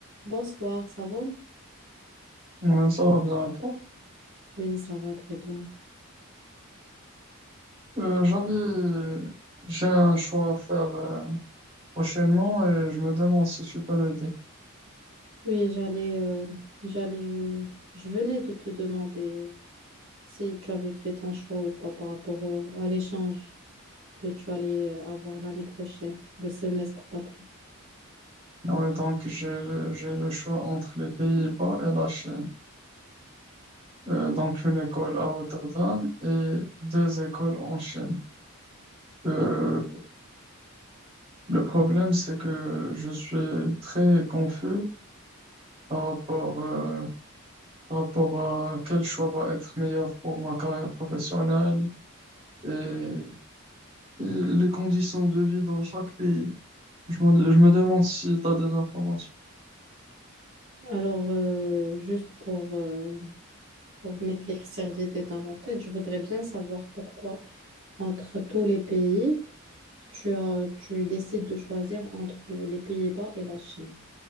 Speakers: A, on the right; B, on the right.
A: Bonsoir, ça va?
B: Ouais, ça va bien et toi?
A: Oui, ça va très bien.
B: Euh, j'avais, j'ai un choix à faire euh, prochainement et je me demande si tu peux m'aider.
A: Oui, j'allais, euh, j'allais, je, je venais de te demander si tu avais fait ton choix ou pas par rapport au- à l'échange que tu allais euh, avoir l'année prochaine, le semestre d'après.
B: Ouais, donc j'ai le, j'ai le choix entre les Pays-Bas et la Chine. Euh, donc une école à Rotterdam et deux écoles en Chine. Euh, le problème c'est que je suis très confus par rapport, euh, par rapport à quel choix va être meilleur pour ma carrière professionnelle et et les conditions de vie dans chaque pays. Je me, je me demande si tu as des informations.
A: Alors, euh, juste pour, euh, pour m'éclaircir l'idée dans la tête, je voudrais bien savoir pourquoi, entre tous les pays, tu as, tu décides de choisir entre le- les Pays-Bas et la Chine,